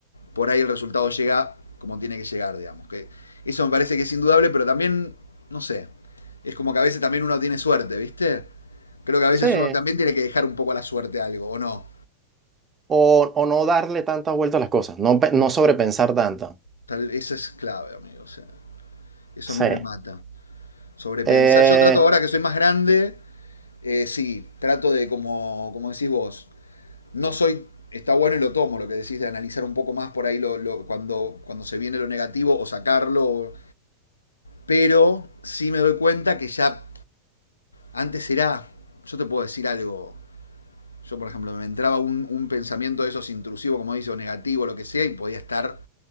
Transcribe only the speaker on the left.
por ahí el resultado llega como tiene que llegar, digamos. Que eso me parece que es indudable, pero también, no sé, es como que a veces también uno tiene suerte, ¿viste? Creo que a veces
uno también tiene que dejar un poco a la suerte algo, ¿o no?
Tal, eso es clave, amigo. O sea, eso
a mí me mata. Sobrepensar.
Yo trato ahora que soy más grande, eh, sí, trato de, como, como decís vos, no soy, está bueno y lo tomo, lo que decís de analizar un poco más por ahí lo, lo- cuando, cuando se viene lo negativo o sacarlo, o- pero sí me doy cuenta que ya Antes era, yo te puedo decir algo, yo por ejemplo me entraba un, un pensamiento de esos intrusivo, como dice, o negativo, lo que sea, y podía estar